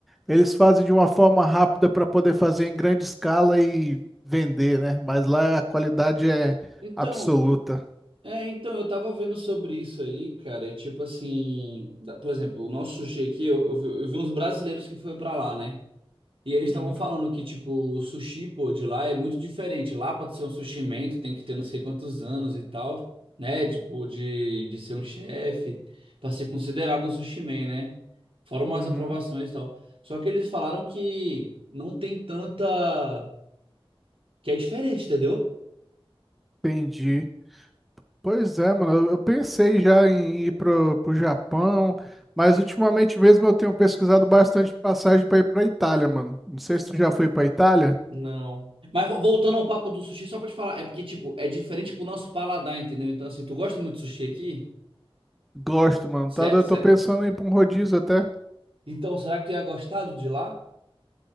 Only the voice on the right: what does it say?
Então,
é, então, eu tava vendo sobre isso aí, cara, e tipo assim, da- por exemplo, o nosso sushi aqui, eu, eu vi eu vi uns brasileiros que foram pra lá, né? E eles estavam
falando que, tipo, o sushi, pô, de lá é muito diferente. Lá, pra tu ser um sushi man, tu tem que ter não sei quantos anos e tal, né? Tipo, de, de ser um chefe, pra ser considerado um sushi man, né? Fora umas
aprovações e tal. Só que eles falaram que não tem tanta... Que é diferente, entendeu?
Não. Mas vo- voltando ao papo do sushi, só pra te falar, é porque, tipo, é diferente pro nosso paladar, entendeu? Então, assim, tu gosta muito de sushi aqui?
Cé-
cé-
Então, será que tu ia gostar do de lá?